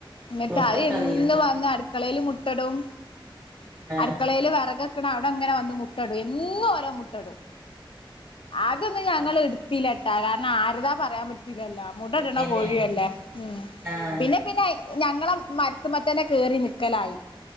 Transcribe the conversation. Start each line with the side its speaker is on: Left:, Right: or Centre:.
Left: ന്നിട്ട്
Right: മുട്ടട്ടാ
Left: അത് എന്നും
Right: നീ
Left: വന്ന് അടു- ട്ടടും
Right: ആഹ്
Left: അടുക്കളേൽ വിറക്- അവിടങ്ങനെ വന്ന് മുട്ട ഇടും. എന്നും ഓരോ മുട്ടടും. അതൊന്നും ഞങ്ങളെടുത്തിയിലാട്ട
Right: ആഹ്
Left: കാരണം- ന്നാരതാ പറയാൻ പറ്റൂലല്ലോ മുട്ട
Right: ശരിയന്നെയാണ്
Left: ഇടുന്നാ കോഴിയല്ലേ മ്
Right: ആഹ്
Left: പിന്നെപ്പിന്നെ- ഞങ്ങളെ മരുത്തുമത്തന്നെ കറി നക്കലായി